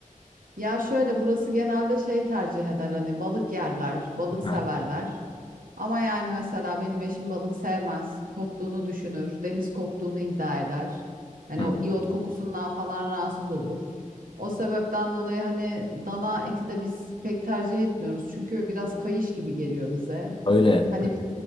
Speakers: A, on the right (about 80°); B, on the left (about 35°).
A: Ya şöyle burası genelde şey tercih eder hani balık yerler, balık
B: Ha.
A: severler. Ama yani mesela benim eşim balık sevmez. Koktuğunu düşünür, deniz koktuğunu iddia eder. Hani
B: Hı,
A: o iyot kokusundan falan rahatsız olur. O sebepten dolayı hani dana eti de biz pek tercih etmiyoruz. Çünkü biraz kayış gibi geliyor bize.
B: öyle.
A: Hani biz